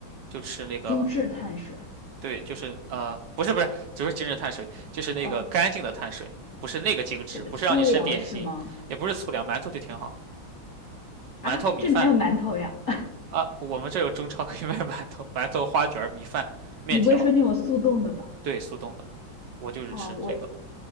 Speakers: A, on the right; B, on the left.
A: 就吃那个
B: 精致碳水，
A: 对，就是呃，不是不是，就是精致碳水，就是那个干净的碳水，
B: 呃，
A: 不是那个精致，
B: 什么粗粮是吗？
A: 不是让你吃点心，也不是粗粮，馒头就挺好，馒头米饭
B: 啊，这哪有馒头呀？<laughs>
A: 啊，我们这有中超可以 <laughs> 卖馒头，馒头花卷儿米饭、面条，
B: 你不会说那种速冻的吧？
A: 对，速冻的，我就是吃这个
B: 啊，我，